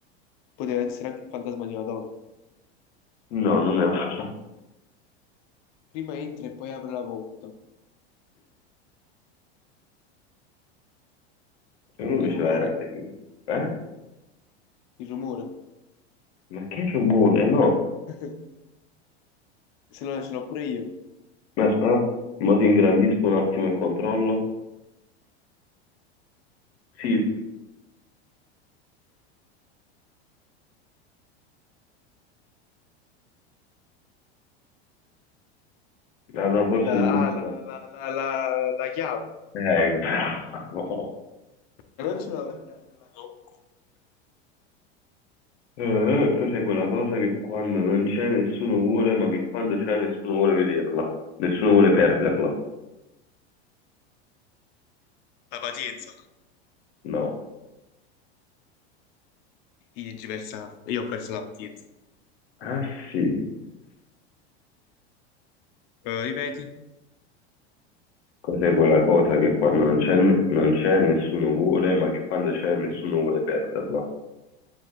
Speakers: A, on the left; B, on the left.
A: Poteva essere anche il fantasma di una donna.
B: No, non è un fastidio.
A: Prima entra e poi apre la porta.
B: Secondo
A: Il
B: me ce
A: rumore,
B: l'hai anche lui. Eh?
A: il rumore.
B: Ma che rumore, no.
A: <laughs> Se no, ce l'ho pure io.
B: Aspetta, ma ti ingrandisco un attimo e controllo. Sì, ah, no, forse
A: La,
B: tu non
A: ah, la,
B: ce l'hai.
A: la, la, la, la chiave.
B: Eh, bravo.
A: Ma Non ce l'ho la chiave, la, comunque.
B: Eh, cos'è quella cosa che quando non c'è nessuno vuole, ma che quando c'è nessuno vuole vederla? Nessuno vuole perderla?
A: la pazienza.
B: No.
A: Io, ci persa- io ho perso la pazienza.
B: Ah sì,
A: Eh, ripeti,
B: cos'è quella cosa che quando non c'è non c'è nessuno vuole, ma che quando c'è nessuno vuole perderla?